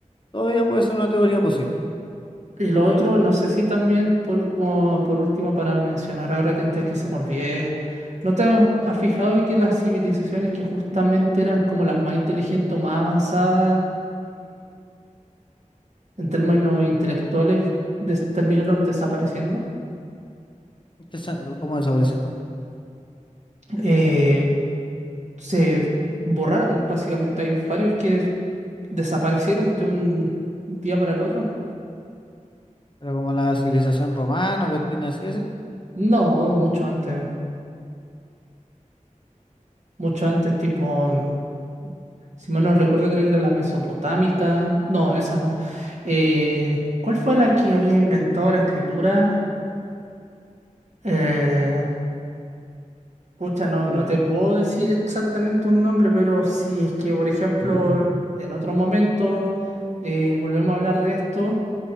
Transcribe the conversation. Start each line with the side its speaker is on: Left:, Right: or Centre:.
Left: todavía puede ser una teoría posible,
Right: y lo
Left: ¿cachai?
Right: otro, no sé si también, por, como por último, para mencionar ahora que antes que se me olvide, ¿no te has has fijado que las civilizaciones que justamente eran como las más inteligentes o más avanzadas, en términos intelectuales des- terminaron desapareciendo.
Left: Que se- como desaparecer, ¿no?
Right: Eh, se borraron, básicamente. Hay varios que desaparecieron de un día para el otro.
Left: Pero como la civilización romana o cuestiones así, es,
Right: No, mucho antes. Mucho antes, tipo, mm, si mal no recuerdo, creo que era la mesopotámica. No, esa no. Eh, ¿cuál fue la que había inventado la escritura? Eh, Pucha, no,
Left: eh,
Right: no te puedo decir exactamente un nombre, pero si es que, por ejemplo,
Left: <clears throat>
Right: en otro momento eh, volvemos a hablar de esto,